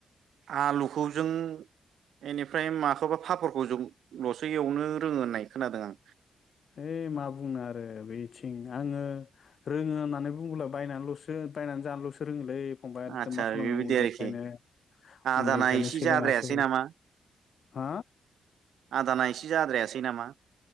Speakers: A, on the right; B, on the left.
A: आलुखौ जों इनिफ्राय माखौबा पापरखौ जल'सो एवनो रोङो होननाय खोनादों आं
B: है मा बुंनो आरो बेथिं आङो रोङो होननानै बुङोबला बायनानैल'सो बायनानै जानल'सो रोङोलै फंबाय एकदम
A: आदसा
B: मा खालामनो
A: बेबायदि
B: उन्दैनिफ्रायनो
A: आरोखि आदाना
B: उन्दैनिफ्रायनो
A: एसे
B: सोलोङासै
A: जाद्रायासै नामा?
B: हा
A: आदाना एसे जाद्रायासै सैनामा